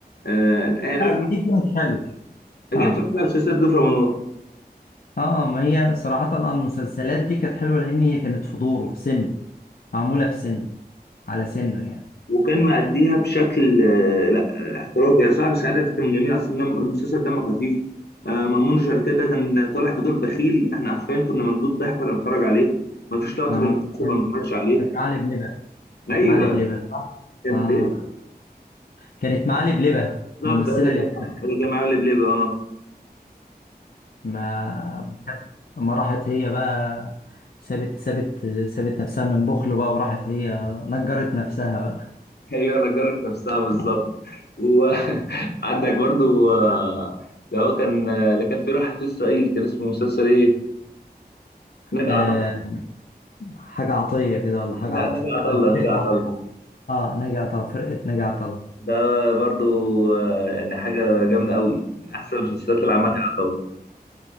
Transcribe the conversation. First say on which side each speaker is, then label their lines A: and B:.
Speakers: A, on the left (about 80°); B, on the left (about 60°).
A: آه، عارف
B: دي دي كانت حلوة
A: اجيب
B: اه
A: فكها في سيد ضيف رمضان
B: اه ما هي صراحة أنا المسلسلات دي كانت حلوة لأن هي كانت في دوره في سنه معمولة في سنه على سنه يعني
A: وكان مأديها بشكل آه، لا آه، احترافي يا صاحب سعادة كان جميل اصلا دم- المسلسل دم خفيف آه، مأمون شركات ده كان طالع في دور بخيل احنا عارفين كنا منبوط ضحك وانا بنتفرج عليه ما فيش لقطة
B: اه
A: في المسلسل
B: كانت
A: ما بنتفرجش عليه
B: كانت معاه لبلبة
A: ايوه
B: كانت معاه لبلبة صح؟
A: كان
B: اه
A: ايه
B: كانت معاه لبلبة
A: بالظبط
B: ممثلة
A: اللي
B: لبلبة
A: كان اللي كان معاه لبلبة اه
B: ما ما راحت هي بقى سابت سابت سابت نفسها من بخل بقى وراحت هي نجرت نفسها بقى
A: هي نجرت نفسها بالظبط وعندك <laughs> برضو آه، اللي هو كان آه، اللي كان في راح في اسرائيل كان اسمه مسلسل ايه نجا
B: آه
A: عطله
B: حاجة عطية كده ولا حاجة
A: لا
B: عطا
A: نجا عطله نجا
B: فرقة
A: عطله
B: عطا اه نجا عطا فرقة نجا عطا
A: ده برضو آه، يعني حاجة جامدة قوي من أحسن المسلسلات اللي عملها طبعا